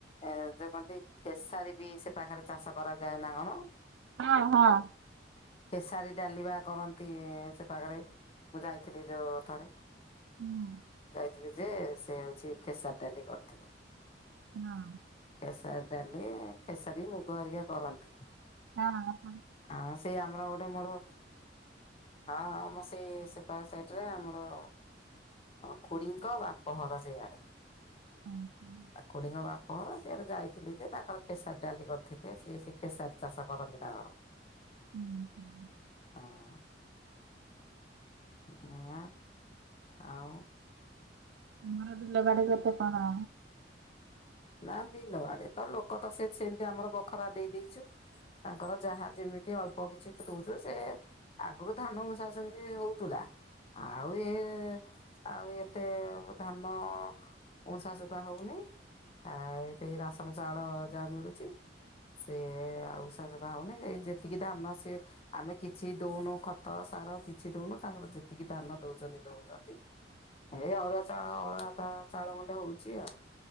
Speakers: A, on the left; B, on the right.
A: ଏ ଯୋଉ କଅନ୍ତି, ଖେସାରୀ ବି ସେ ପାଖରେ ଚାଷ କରାଯାଏ ନା କଣ?
B: ହଁ- ହଁ।
A: ଖେସାରୀ ଡାଲି ବା କରନ୍ତି ସେ ପାଖେରେ, ମୁଁ ଯାଇଥିଲି ଯୋଉ ଥରେ।
B: ହୁଁ।
A: ଥିଲି ଯେ ସେ ହଉଛି ଖେସାରି ଡାଲି କରିଥିଲେ।
B: ହଁ।
A: ଖେସାରୀ ଡାଲି, ଖେସାରୀ, ମୁଗ ହେରିକା କରନ୍ତି।
B: ହଁ।
A: ଆଉ ସେଇ ଆମର ଗୋଟେ ମୋର ହଁ-ହଁ ଆମ ସେଇ ସେପାଖ ସାଇଟରେ ଆମର ଆମ ଖୁଡିଙ୍କ ବାପଘର ସେଇଆଡେ।
B: ହୁଁ - ହୁଁ।
A: ତା ଖୁଡିଙ୍କ ବାପ ଘର ସିଆଡେ ଯାଇଥିଲୁ ଯେ, ତାଙ୍କର ଖେସାରୀ ଡାଲି କରିଥିଲେ। ସିଏ ସେ ଖେସାରୀ ଚାଷ କରନ୍ତି ତାଙ୍କର।
B: ହୁଁ- ହୁଁ।
A: ହଁ। ହଁ - ଆଁ।
B: ତମର ବିଲବାଡି କେତେ କଣ?
A: ନା ବିଲ ବାଡ଼ି ତ, ଲୋକ ତ ସେ ସେମିତି ଆମର ବଖରା ଦେଇ ଦେଇଛୁ। ତାଙ୍କର ଯାହା ଯେମିତି ଅଳ୍ପ କିଛି ଦଉଛୁ ସେ ଆଗରୁ ଧାନ ଉଁସା ଉଁସି ହଉଥିଲା। ଆଉ ଏ, ଆଉ ଏତେ ଧାନ ତମ ଶାଶୂ କଣ କହୁଥିଲେ? ଆ ଏଇତ ରାସନ ଚାଉଳ ଯାହା ମିଳୁଛି, ସେ ଆଉ <unintelligible> ଯେତିକି ଧାନ ସିଏ ଆମେ କିଛି ଦଉନୁ ଖତ, ସାର କିଛି ଦଉନୁ। ତାଙ୍କର ଯେତିକି ଧାନ ଦଉଛନ୍ତି, ଦଉଛନ୍ତି। ଏଇ ଅରୁୁଆ ଚାଉଳ, ଅରୁୁଆ ଭାତ ଚାଉଳ ଗଣ୍ଡେ ମିଳୁଛି ଆଉ।